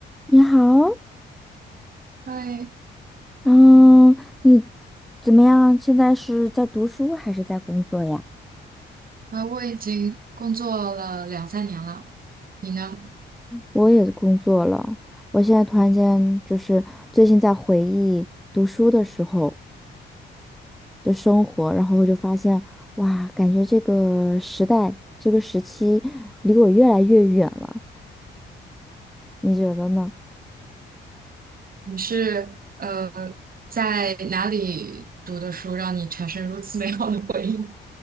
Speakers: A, in the centre; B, on the right.
A: 你好，
B: 嗨，
A: 嗯，你怎么样？现在是在读书还是在工作呀？
B: 呃，我已经工作了两三年了，你呢？
A: 我也工作了，我现在突然间就是最近在回忆读书的时候的生活，然后我就发现，哇，感觉这个时代，这个时期离我越来越远了。你觉得呢？
B: 你是呃在哪里读的书，让你产生如此美好的回忆？